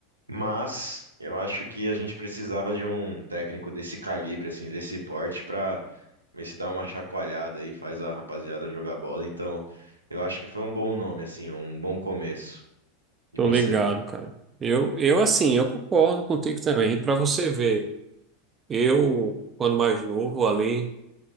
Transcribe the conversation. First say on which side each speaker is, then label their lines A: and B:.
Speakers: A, on the right; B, on the right.
A: Mas eu acho que a gente precisava de um técnico desse calibre, assim, desse porte, pra ver se dá uma chacoalhada aí, faz a rapaziada jogar bola. Então, eu acho que foi um bom nome, assim, um bom começo. E
B: Tô
A: você?
B: ligado, cara. Eu, eu assim, eu concordo contigo também. Pra você ver, eu, quando mais novo ali.